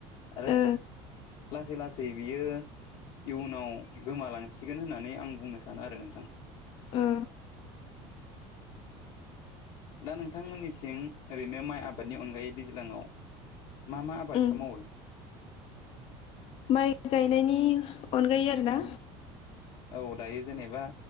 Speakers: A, on the left (about 65°); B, on the left (about 40°).
A: आरो
B: ओ
A: लासै लासै बियो इयुनाव गोमालांसिगोन होननानै आं बुंनो सानो आरो नोंथां।
B: ओ
A: दा नोंथांमोननिथिं ओरैनो माइ आबादनि अनगायै दैज्लाङाव मा मा आबादखौ
B: उम
A: मावो?
B: माइ गायनायनि अनगायै आरो ना।
A: औ दायो जेनेबा